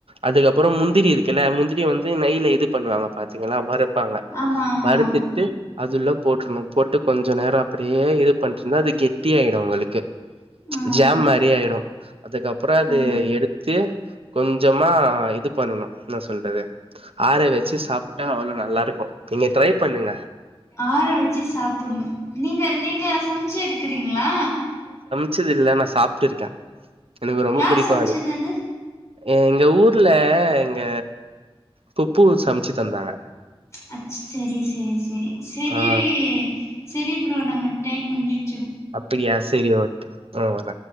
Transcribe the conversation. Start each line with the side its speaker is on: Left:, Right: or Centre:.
Right: அதுக்கப்பறோ முந்திரி இருக்குல்ல முந்திரி வந்து நெய்ல இது பண்ணுவாங்க கிலா வருறுப்பாங்க
Left: ஆமா ஆமா
Right: வருறுத்துட்டு
Left: ஆமா
Right: அதுல போட்டுறணும் போட்டு கொஞ்சம் நேரம் அப்படியே இது பண்ணிருந்தா அது கெட்டியா ஆகிடும் உங்களுக்கு
Left: ஆ
Right: ஜாம் மாதிரி ஆயிடும் அதுக்கப்புறம் அது
Left: ஆ
Right: எடுத்து கொஞ்சமா இது பண்ணணும் என் சொல்றது ஆற வச்சு சாப்ப ட்டா அவ்வளோ நல்லா இருக்கு நீங்க ட்ரை பண்ணுங்க
Left: ஆற வச்சு சாப்புண்ணு நீங்க நீங்க சமைச்சு இருக்குறீங்ளா
Right: ச்சது இல்ல நா சாப்ட்டுருக்கே எனக்கு ரொம்ப
Left: யார்
Right: புடிக்கு
Left: சமச்சது அது
Right: எங்க ஊர்ல எங்க புப்பு சமச்சு தந்தாங்க
Left: அச் செரி செரி செரி செரி
Right: ஆ
Left: செரி ப்ரோ நம்ம டைம் முஞ்சு
Right: அப்பிடியா செரி ஓகே உம் வண